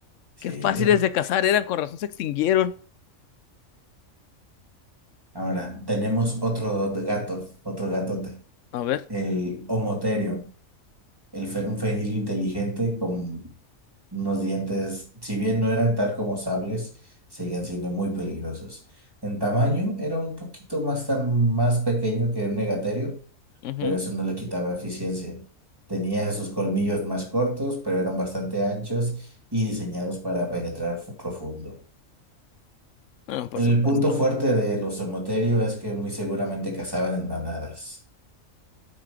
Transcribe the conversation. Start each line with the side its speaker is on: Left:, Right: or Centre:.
Right: Sí.
Left: Qué fáciles de cazar eran. Con razón se extinguieron.
Right: Ahora, tenemos otro gato, otro gatote,
Left: A ver.
Right: el homoterio. el fe- un fenil inteligente con unos dientes, si bien no eran tal como sables, seguían siendo muy peligrosos. En tamaño era un poquito más, tam- más pequeño que un megaterio,
Left: ujú,
Right: pero eso no le quitaba eficiencia. Tenía sus colmillos más cortos, pero eran bastante anchos y diseñados para penetrar fu- profundo.
Left: ah, por
Right: El
Left: supuesto.
Right: punto fuerte de los somoterio es que muy seguramente cazaban en manadas.